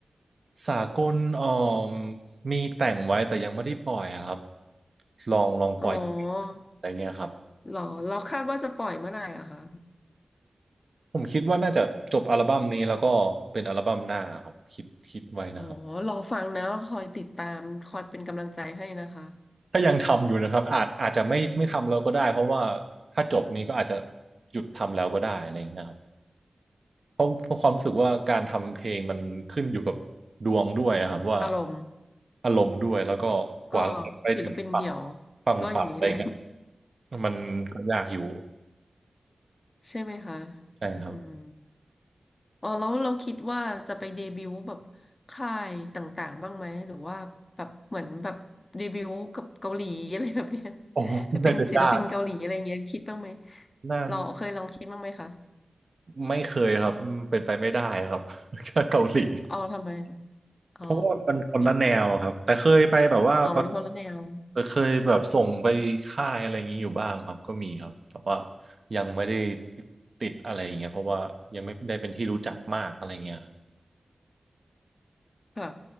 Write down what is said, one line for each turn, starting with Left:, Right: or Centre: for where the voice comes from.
Right: สากลเอ่อมีแต่งไว้แต่ยังไม่ได้ปล่อยอะครับลองลองปล่อย
Left: อ๋อ
Right: อะไรเงี้ยครับ
Left: เหรอเราคาดว่าจะปล่อยเมื่อไหร่อะคะ
Right: ผมคิดว่าน่าจะจบอัลบั้มนี้แล้วก็เป็นอัลบั้มหน้าครับคิดคิดไว้นะครับ
Left: อ๋อรอฟังนะเราคอยติดตามคอยเป็นกำลังใจให้นะคะ
Right: ถ้ายังทำอยู่นะครับอาจอาจจะไม่ไม่ทำแล้วก็ได้เพราะว่าถ้าจบนี้ก็อาจจะหยุดทำแล้วก็ได้อะไรอย่างเงี้ยครับเพราะเพราะความรู้สึกว่าการทำเพลงมันขึ้นอยู่กับดวงด้วยอะครับว่า
Left: อารมณ์
Right: อารมณ์ด้วยแล้วก็กว่าเราจะไปถึงฝั่ง
Left: ก็ศิลปินเดี่ยว
Right: ฝั่งฝันอะไรเงี้ย
Left: ก็อย่างนี้แหละ
Right: มันก็ยากอยู่
Left: <laughs> ใช่ไหมคะ
Right: ใช่ครับ
Left: อืม อ๋อแล้วเราคิดว่าจะไปเดบิวต์แบบค่ายต่างๆบ้างไหมหรือว่าแบบเหมือนแบบเดบิวต์กับเกาหลีอะไรแบบเนี้ย
Right: โอ้
Left: <laughs>
Right: <laughs>
Left: ไปเป็นศิลปินเกาหลีอะไรเงี้ยคิดบ้างไหม
Right: น่าจะยากน่า
Left: เราเคยลองคิดบ้างไหมคะ
Right: ไม่เคยครับ เป็นไปไม่ได้ครับ <laughs> เกาหลี
Left: อ๋อทำไมอ๋อ
Right: เพราะว่ามันคนละแนวครับแต่เคยไปแบบว่าประ
Left: อ๋อมันคนละแนว
Right: เคยแบบส่งไปค่ายอะไรอย่างนี้อยู่บ้างครับก็มีครับแต่ว่ายังไม่ได้ติดอะไรอย่างเงี้ยเพราะว่ายังไม่ได้เป็นที่รู้จักมากอะไรเงี้ยครับ
Left: ค่ะ